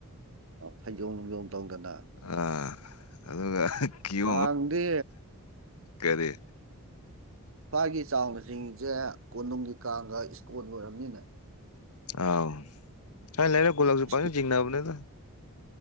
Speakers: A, on the right; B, on the left.
A: ꯐꯩꯖꯣꯝ ꯅꯨꯡꯖꯣꯝ ꯇꯧꯗꯅ
B: ꯑꯥ ꯑꯗꯨꯒ ꯀꯤꯌꯣ
A: ꯀꯥꯡꯗꯤ
B: ꯀꯔꯤ
A: ꯁ꯭ꯋꯥꯏꯒꯤ ꯆꯥꯎꯅ ꯆꯤꯡꯉꯤꯁꯦ ꯀꯣꯅꯨꯡꯒꯤ ꯀꯥꯡꯒ ꯏꯁꯀꯣꯟꯒꯤ ꯀꯥꯡꯒ ꯑꯣꯏꯔꯝꯅꯤꯅꯦ
B: ꯑꯥꯎ ꯁ꯭ꯋꯥꯢ ꯂꯩꯔꯛ ꯀꯣꯂꯒꯁꯨ
A: ꯏꯁꯀꯣ
B: ꯄꯆꯤꯡ ꯖꯤꯡꯅꯕꯅꯤꯗ